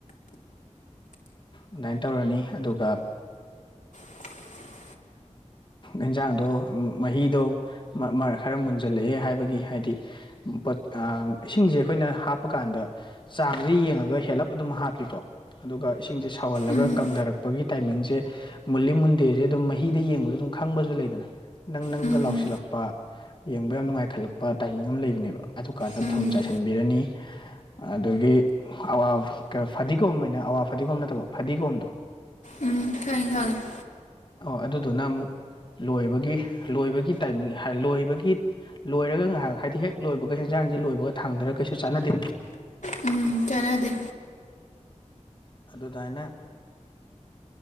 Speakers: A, on the left (about 40°); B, on the left (about 85°).
A: ꯑꯗꯨꯃꯥꯏꯅ ꯇꯧꯔꯅꯤ ꯑꯗꯨꯒ
B: <inaudible>
A: ꯏꯟꯖꯥꯡꯗꯣ ꯃꯍꯤꯗꯣ ꯃꯔ ꯃꯔ ꯍꯥꯏꯔꯞ ꯃꯨꯟꯖꯜꯂꯛꯑꯦ ꯍꯥꯏꯕꯒꯤ ꯍꯥꯏ ꯍꯥꯏꯗꯤ ꯄꯠ ꯏꯁꯤꯡꯁꯦ ꯑꯩꯈꯣꯏꯅ ꯍꯥꯞꯄꯀꯥꯟꯗ ꯆꯥꯡꯁꯦ ꯌꯦꯡꯉꯒ ꯍꯦꯜꯂꯞ ꯑꯗꯨꯝ ꯍꯥꯞꯄꯤꯀꯣ ꯑꯗꯨꯒ ꯏꯁꯤꯡꯁꯦ ꯁꯧꯍꯜꯂꯒ
B: ꯎꯝ
A: ꯀꯪꯊꯔꯛꯄꯒꯤ ꯇꯥꯏꯃꯤꯡꯖꯦ ꯃꯨꯜꯂꯤ ꯃꯨꯟꯗꯦꯁꯦ ꯑꯗꯨꯝ ꯃꯍꯤꯗ ꯌꯦꯡꯕꯗ ꯑꯗꯨꯝ ꯈꯪꯕꯁꯨ ꯂꯩꯗꯅ ꯅꯪ ꯅꯪꯒ
B: ꯎꯝ
A: ꯂꯥꯎꯁꯤꯜꯂꯛꯄ ꯌꯦꯡꯕ ꯌꯥꯝ ꯅꯨꯡꯉꯥꯏꯈꯠꯂꯛꯄ ꯇꯥꯏꯃꯤꯡ ꯑꯃ ꯂꯩꯕꯅꯦꯕ ꯑꯗꯨꯀꯥꯟꯗ
B: ꯎꯝ
A: ꯊꯨꯝ ꯆꯥꯏꯁꯤꯟꯕꯤꯔꯅꯤ ꯑꯗꯨꯗꯒꯤ ꯑꯋꯥ ꯐꯗꯤꯒꯣꯝ ꯍꯥꯏꯅ ꯑꯋꯥ ꯐꯗꯤꯒꯣꯝ ꯅꯠꯇꯕ ꯐꯗꯤꯒꯣꯝꯗꯣ
B: ꯎꯝ ꯈꯡꯉꯦ ꯈꯡꯉꯦ
A: ꯑꯣ ꯑꯗꯨꯗꯨꯅ ꯑꯃꯨꯛ ꯂꯣꯏꯕꯒꯤ ꯂꯣꯏꯕꯒꯤ ꯇꯥꯏꯃꯤꯡ ꯂꯣꯏꯕꯒꯤ ꯂꯣꯏꯔꯒ ꯉꯥꯏꯍꯥꯛ ꯍꯥꯏꯗꯤ ꯍꯦꯛ ꯂꯣꯏꯕꯒ ꯍꯦꯟꯖꯥꯡ ꯥꯑꯦꯟꯖꯥꯡꯗꯤ ꯂꯣꯏꯕꯒ ꯊꯥꯡꯗꯔꯒ ꯀꯩꯁꯨ ꯆꯥꯟꯅꯗꯦ
B: ꯎꯝ ꯆꯅꯗꯦ
A: ꯑꯗꯨꯗꯥꯏꯅ